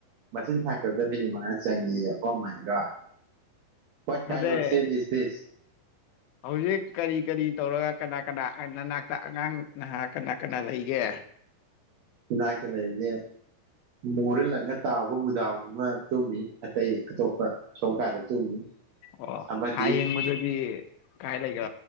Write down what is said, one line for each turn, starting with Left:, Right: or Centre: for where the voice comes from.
Right: ꯃꯆꯤꯟ ꯊꯥꯒꯠꯄꯗ ꯃꯤꯅꯤꯠ ꯃꯉꯥ ꯆꯪꯉꯦꯌ ꯑꯣ ꯃꯥꯏ ꯒꯣꯠ ꯍꯠ
Left: ꯑꯗꯩ
Right: ꯀꯥꯟ ꯑꯣꯞ ꯆꯤꯟ ꯏꯁ ꯗꯤꯁ
Left: ꯍꯧꯖꯤꯛ ꯀꯔꯤ ꯀꯔꯤ ꯇꯧꯔꯒ ꯀꯅꯥ ꯀꯅꯥ ꯅꯅꯥꯛꯇ ꯑꯉꯥꯡ ꯅꯍꯥ ꯀꯅꯥ ꯀꯅꯥ ꯂꯩꯒꯦ
Right: ꯥꯏꯅꯥꯛꯇꯥ ꯂꯩꯗ ꯌꯥꯔꯦ ꯃꯨꯔꯂꯒ ꯂꯪꯉ ꯇꯥꯎꯕ ꯃꯨꯗꯥꯎꯗꯨꯃ ꯇꯨꯝꯃꯤ ꯑꯇꯩ ꯑꯇꯣꯞꯄ ꯑꯁꯣꯝ ꯀꯥꯗ ꯇꯨꯝꯃꯤ
Left: ꯑꯣ
Right: ꯑꯃꯗꯤ
Left: ꯊꯥ ꯌꯦꯡꯕꯗꯗꯤ ꯀꯥꯏ ꯂꯩ <unintelligible>